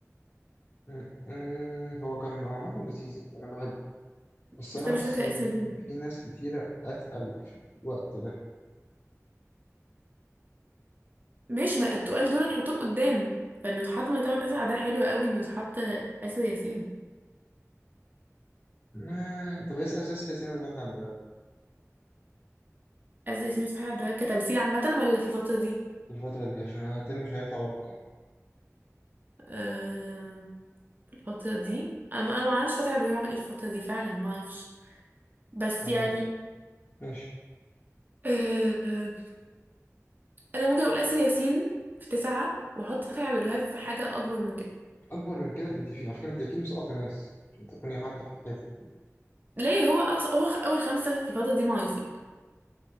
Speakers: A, on the left; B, on the right.
A: م- م- هو كان عامة لذيذ يعني أنا بحبه بس
B: بس
A: أنا
B: انا
A: حاسس
B: مش فاكرة
A: إن
B: اسم الفيلم
A: في ناس كتيرة أتقل في الوقت ده
B: ماشي ما التقال دول نحطهم قدام فانه يتحط مرتبة تسعة ده حلو قوي انه يتحط آسر ياسين
A: م- طب اسأل سلسلة سيما الفتحي عبد الوهاب
B: آسر ياسين وفتحي عبد الوهاب كتمثيل عامة ولا في الفترة دي
A: في الفترة دي عشان أنا تاني مش هيطلع بره القايمة
B: آه، الفترة دي انا انا ما اعرفش فترة دلوقتي بعمل ايه في الفترة دي فعلا ما اعرفش بس
A: يعني
B: يعني
A: ماشي
B: آه، انا ممكن اقول اسر ياسين في تسعة واحط فتحي عبد الوهاب في حاجة اكبر من كده
A: أكبر من كده أنت في على فكرة أنت أكيد مسقطة ناس عشان تكوني حاطة في الحيفو
B: ليه هو أص... هو اول خمسة في الفترة دي معروفين